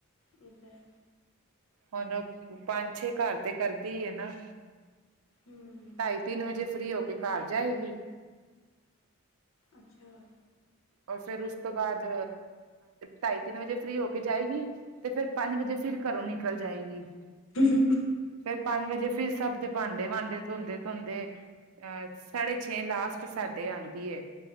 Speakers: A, on the left; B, on the right.
A: ਕਿਦਾਂ ਐ
B: ਹੁਣ, ਪੰਜ ਛੇ ਘਰ ਤੇ ਕਰਦੀ ਹੈ ਨਾ।
A: ਹਮ <unintelligible>
B: ਢਾਈ ਤਿੰਨ ਵਜੇ, ਫ੍ਰੀ ਹੋ ਕੇ, ਘਰ ਜਾਏਗੀ।
A: ਅੱਛਾ
B: ਰ ਫੇਰ ਉਸ ਤੋਂ ਬਾਅਦ, ਢਾਈ ਤਿੰਨ ਵਜੇ ਫ੍ਰੀ ਹੋ ਕੇ ਜਾਏਗੀ। ਤੇ ਫਿਰ ਪੰਜ ਵਜੇ, ਫਿਰ ਘਰੋਂ ਨਿਕਲ ਜਾਏਗੀ।
A: ਹੂ
B: ਫਿਰ ਪੰਜ ਵਜੇ, ਫਿਰ ਸਭ ਦੇ ਭਾਂਡੇ ਵਾਂਡੇ ਧੋਂਦੇ ਧੋਂਦੇ ਅਹ, ਸਾਢੇ ਛੇ ਲਾਸਟ ਸਾਡੇ ਆਉਂਦੀ ਏ।